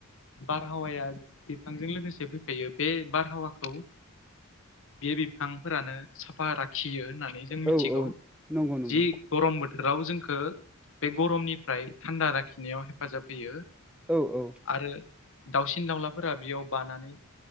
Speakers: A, on the left; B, in the centre.
A: बारहावाया बिफांजों लोगोसे फैफायो बे बारहावाखौ बे बिफांफोरानो साफा राखियो होननानै जों मिथिगौ
B: औ औ नंगौ नंगौ
A: जि गरम बोथोराव जोंखौ बे गरमनिफ्राय थान्दा लाखिनायाव हेफाजाब होयो
B: औ औ
A: आरो दाउसिन दाउलाफोरा बेयाव बानानै